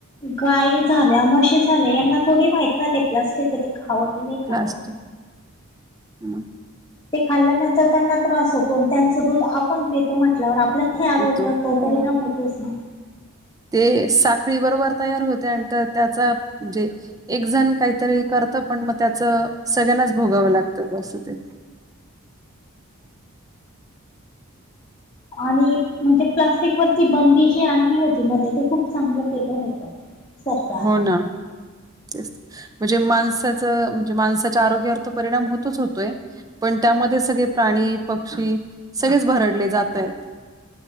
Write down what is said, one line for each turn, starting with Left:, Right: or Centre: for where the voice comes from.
Left: गाय झाल्या, मशी झाल्या यांना थोडी माहित ना ते प्लास्टिकाय ते खावं की नाही खावं
Right: प्लास्टिक म
Left: ते खाल्ल्यानंतर त्यांना त्रास होतो. त्यांच दूध आपण पीतो म्हटल्यावर आपल्या हे आरोग्यावर
Right: पितो. हो.
Left: तो परिणाम होतोच ना.
Right: ते साखळी बरोबर तयार होते आणि तर त्याचा म्हणजे एक जण काहीतरी करत पण मग त्याच, सगळ्यांनाच भोगावं लागतंं असं ते.
Left: आणि म्हणजे प्लास्टिक वरती बंदी जी आणली होती, मध्ये ते खूप चांगलं केलं होत. सरकारने.
Right: हो ना तेच म्हणजे माणसाचं म्हणजे, माणसाच्या आरोग्यावर तर परिणाम होतोच होतोय. पण त्यामध्ये सगळे प्राणी पक्षी सगळेच भरडले जात आहेत.